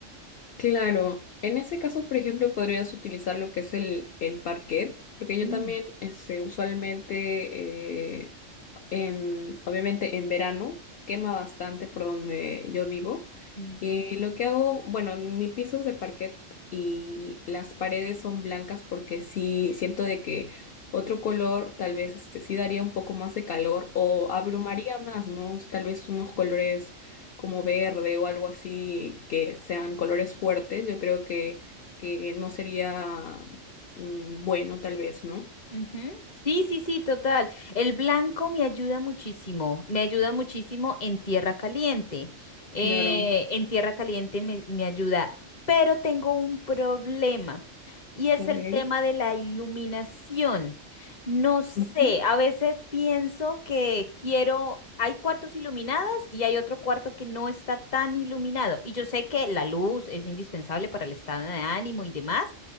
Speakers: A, on the left; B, on the left.
A: Claro, en ese caso, por ejemplo, podrías utilizar lo que es el, el parquet, porque yo
B: Mm,
A: también este, usualmente, eh, en, obviamente en verano, quema bastante por donde yo vivo.
B: ujú.
A: Y lo que hago, bueno, mi piso es de parquet y las paredes son blancas porque sí siento de que otro color tal vez este sí daría un poco más de calor o abrumaría más, ¿no? Tal vez unos colores como verde o algo así que sean colores fuertes, yo creo que que no sería mm, bueno tal vez, ¿no?
B: Ujú. Sí, sí, sí, total. El blanco me ayuda muchísimo, me ayuda muchísimo en tierra caliente. Eh,
A: Claro,
B: en tierra caliente me, me ayuda, pero tengo un problema y es
A: ok.
B: el tema de la iluminación. No sé,
A: Ujú,
B: a veces pienso que quiero, hay cuartos iluminados y hay otro cuarto que no está tan iluminado. Y yo sé que la luz es indispensable para el estado de ánimo y demás.